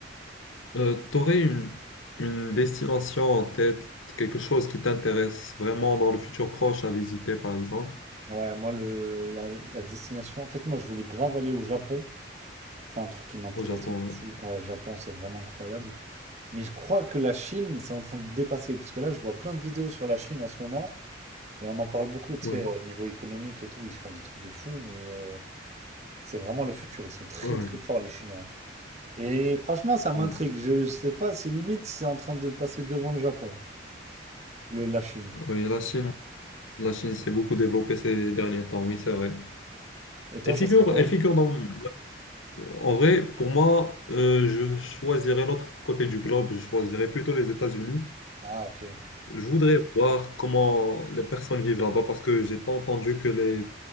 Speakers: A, on the left; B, on the right.
A: Euh, t'aurais une, une destination en tête, quelque chose qui t'intéresse vraiment dans le futur proche à visiter, par exemple,
B: Ouais, moi, le, la, la destination, en fait, moi, je voulais grave aller au Japon. C'est un truc qui m'intéressait
A: au Japon,
B: de
A: ouais.
B: fou. Ouais, Japon, c'est vraiment incroyable. Mais je crois que la Chine, c'est en train de dépasser, parce que là, je vois plein de vidéos sur la Chine en ce moment, et on en parle beaucoup, tu
A: Oui,
B: sais, au niveau économique et tout, ils font des trucs de fou, mais euh, c'est vraiment le futur. Ils sont très,
A: oui,
B: très forts, les Chinois. Et franchement, ça m'intrigue.
A: oui.
B: Je, je sais pas si limite c'est en train de passer devant le Japon. Le, la Chine.
A: Oui, la Chine, la Chine s'est beaucoup développée ces derniers temps, oui, c'est vrai.
B: Et toi,
A: Elle
B: ça
A: figure,
B: serait quoi?
A: elle figure dans... En vrai, pour moi, euh, je choisirais l'autre côté du globe, je choisirais plutôt les États-Unis.
B: Ah, ok.
A: Je voudrais voir comment les personnes vivent là-bas parce que j'ai pas entendu que les...